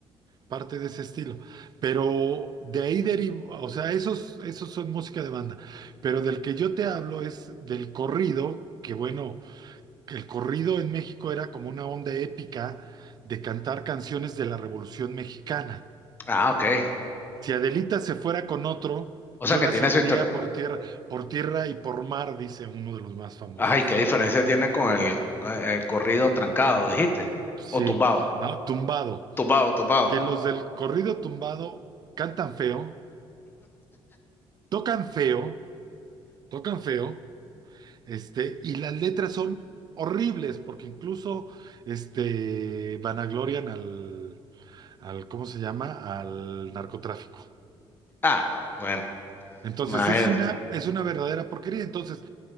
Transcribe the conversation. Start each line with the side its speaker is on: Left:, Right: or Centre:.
Right: parte de ese estilo, pero de ahí derivó, o sea, esos, esos son música de banda, pero del que yo te hablo es del corrido, que bueno el corrido en México era como una onda épica de cantar canciones de la Revolución Mexicana.
Left: Ah, ok.
Right: Si Adelita se fuera con otro,
Left: O
Right: yo
Left: sea que
Right: la
Left: tiene
Right: seguiría
Left: su historia.
Right: por tierra, por tierra y por mar, dice uno de los más famosos.
Left: Ay, ¿qué diferencia tiene con el, el corrido trancado, dijiste?
Right: Sí,
Left: O tumbado.
Right: ah, tumbado.
Left: Tumbado, tumbado.
Right: Que los del corrido tumbado cantan feo, tocan feo, tocan feo, este, y las letras son horribles, porque incluso este vanaglorian al, al, ¿cómo se llama? al narcotráfico.
Left: Ah, no, bueno,
Right: Entonces
Left: imagínate.
Right: es una, es una verdadera porquería. Entonces,